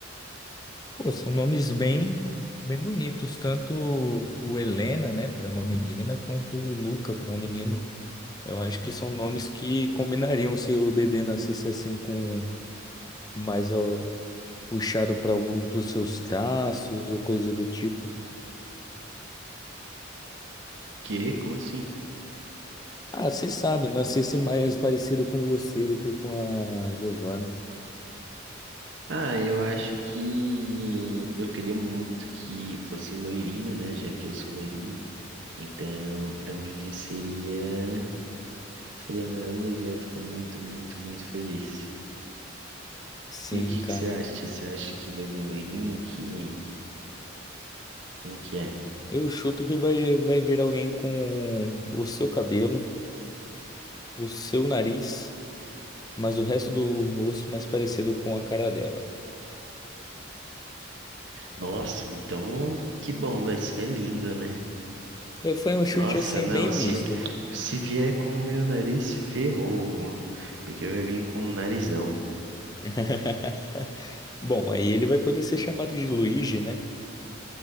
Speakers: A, on the left; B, on the right.
A: Pô, são nomes bem, bem bonitos, tanto o Helena, né, para uma menina, quanto o Luca para um menino. Eu acho que são nomes que combinariam se o bebê nascesse assim com mais ó, puxado para algum dos seus traços ou coisa do tipo.
B: Que? Como assim?
A: Ah, você sabe, nascesse mais parecido com você do que com a Giovana.
B: Ah, eu acho que eu queria muito que fosse loirinho, né? Já que eu sou loirinho. Então, para mim seria seria maravilhoso, eu ia ficar muito, muito, muito feliz.
A: Sim,
B: E o que
A: cara.
B: que você acha? Você acha que vai vir loirinho? Que como que é?
A: Eu chuto que vai, vai vir alguém com o seu cabelo, o seu nariz, mas o resto do rosto mais parecido com a cara dela.
B: Nossa, então que bom, vai ser lindo, né?
A: Foi foi um chute
B: Nossa,
A: assim
B: não,
A: bem misto.
B: se se vier com o meu nariz ferrou, porque vai vir com o narizão.
A: <laughs> Bom, aí ele vai poder ser chamado de Luigi, né?